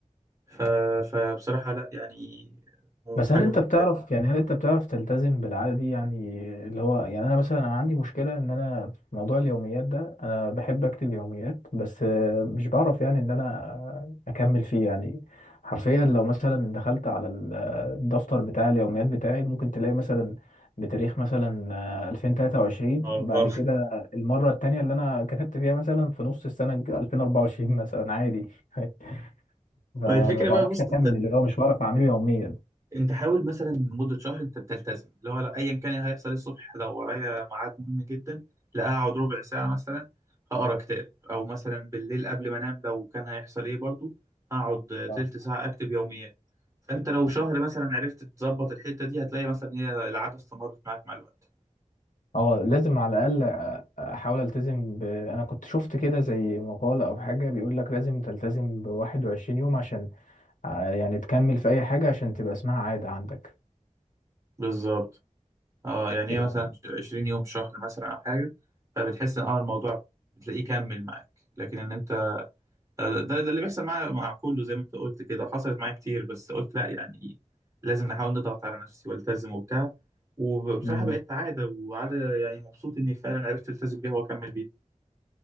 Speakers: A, on the right; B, on the left.
A: ف... فبصراحة لا يعني م-
B: بس
A: حاجة
B: هل انت
A: ممتازة
B: بتعرف يعني هل انت بتعرف تلتزم بالعادة دي يعني اللي هو يعني انا مثلا انا عندي مشكلة ان انا في موضوع اليوميات ده انا بحب اكتب يوميات بس آه، مش بعرف يعني ان انا آه، اكمل فيه يعني حرفيا لو مثلا دخلت على ال- آه، الدفتر بتاع اليوميات بتاعي ممكن تلاقي مثلا بتاريخ مثلا آه، 2023
A: اه
B: بعد
A: اه
B: كده
A: <laughs>
B: المرة التانية اللي انا كتبت فيها مثلا في نص السنة 2024 مثلا عادي <laughs> فما
A: ما هي الفكرة
B: بعرفش
A: بقى بص
B: اكمل اللي هو مش بعرف اعمله يوميا
A: انت حاول مثلا لمده شهر انت بتلتزم اللي هو لا ايا كان اللي هيحصل الصبح لو ورايا ميعاد مهم جدا لا هقعد ربع ساعه مثلا هقرا كتاب او مثلا بالليل قبل ما انام لو كان هيحصل ايه برضو هقعد
B: اه
A: تلت ساعه اكتب يوميات فانت لو شهر مثلا عرفت تظبط الحته دي هتلاقي مثلا هي العاده استمرت معاك مع الوقت
B: اه لازم على الاقل احاول التزم ب... انا كنت شفت كده زي مقالة او حاجة بيقول لك لازم تلتزم ب 21 يوم عشان ع- يعني تكمل في اي حاجة عشان تبقى اسمها عادة عندك
A: بالظبط اه يعني
B: تبقى
A: هي مثلا 20 يوم شهر مثلا او حاجه فبتحس ان اه الموضوع بتلاقيه كمل معاك لكن ان انت ده ده اللي بيحصل معايا مع كله زي ما انت قلت كده وحصلت معايا كتير بس قلت لا يعني لازم نحاول نضغط على نفسي والتزم وبتاع وبصراحة
B: مم.
A: بقت عادة وعادة يعني مبسوط اني فعلا عرفت التزم بيها واكمل بيها